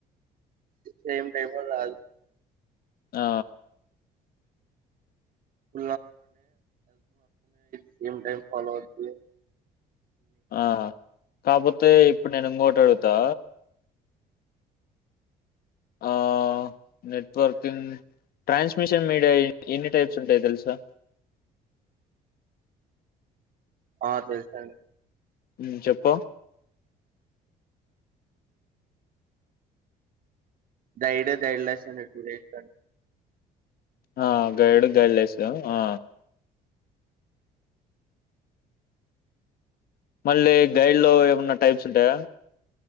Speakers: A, on the right; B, on the left.
A: సేమ్ టైమ్ లో రాదు
B: ఆ
A: <unintelligible> సేమ్ టైం ఫాలో అవుతుంది
B: ఆ కాకపోతే ఇప్పుడు నేను ఇంకోటి అడుగుతా ఆ నెట్వర్కింగ్ ట్రాన్స్మిషన్ మీడియా ఎన్ని టైప్స్ ఉంటాయి తెలుసా
A: ఆ తెలుసు అండి
B: మ్ చెప్పు
A: గైడ్ గైడెలెస్ అని టూ టైప్స్ అండి
B: ఆ గైడు గైలేస్ ఆ మళ్ళీ గైడ్ లో ఏమన్నా టైప్స్ ఉంటాయా